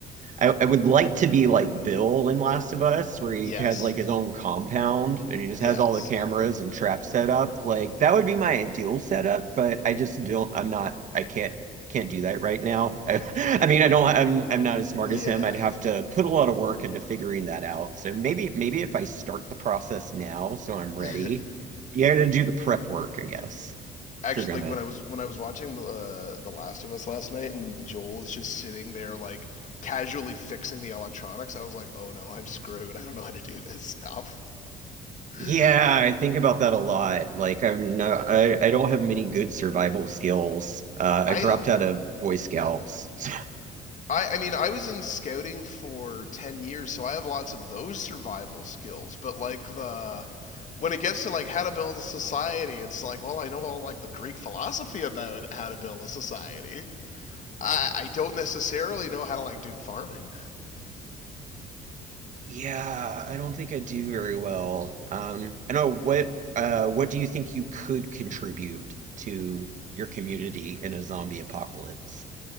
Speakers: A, on the right; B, on the left.
A: I, I would like to be like Bill in Last of Us, where he
B: yes,
A: has like his own compound and he just
B: yes,
A: has all the cameras and traps set up. Like that would be my ideal setup, but I just don't. I'm not. I can't can't do that right now. <laughs> I, I mean, I don't. I'm I'm not as smart
B: yeah.
A: as him. I'd have to put a lot of work into figuring that out. So maybe maybe if I start the process now, so I'm ready.
B: <laughs>
A: You got to do the prep work, I guess,
B: Actually,
A: if you're gonna
B: like when I was when I was watching the uh, the Last of Us last night, and Joel is just sitting there like casually fixing the electronics. I was like, oh no, I'm screwed. I don't know how to do this stuff. <laughs>
A: Yeah,
B: I
A: I think about that a lot. Like I'm no, I, I don't have many good survival skills. Uh, I
B: have
A: dropped out of Boy Scouts. <laughs>
B: I, I mean, I was in scouting for 10 years, so I have lots of those survival skills. But, like, the when it gets to, like, how to build a society, it's like, well, I know all, like, the Greek philosophy about how to build a society. I, I don't necessarily know how to, like, do farming.
A: Yeah, I don't think I do very well. Um, I know what uh what do you think you could contribute to your community in a zombie apocalypse?